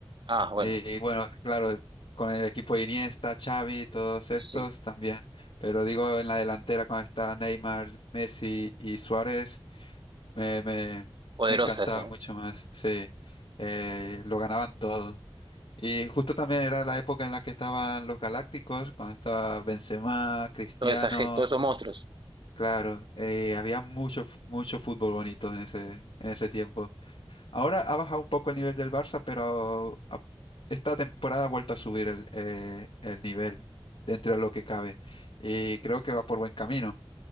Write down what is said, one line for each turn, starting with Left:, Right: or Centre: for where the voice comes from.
Right: Ah, bueno,
Left: Y bueno, claro, con el equipo de Iniesta, Xavi, todos
Right: sí,
Left: estos
Right: sí.
Left: también, pero digo en la delantera cuando está Neymar, Messi y Suárez. Me, me,
Right: Poderosa
Left: me encantaba
Right: esa, ¿no?
Left: mucho más, sí. Eh, lo ganaban todo. Y justo también era la época en la que estaban los Galácticos, cuando estaba Benzema, Cristiano,
Right: Toda esa, ge- todos esos monstruos.
Left: claro, eh, había mucho, fu- mucho fútbol bonito en ese, en ese tiempo. Ahora ha bajado un poco el nivel del Barça, pero a- esta temporada ha vuelto a subir el, eh, el nivel dentro de lo que cabe. Y creo que va por buen camino.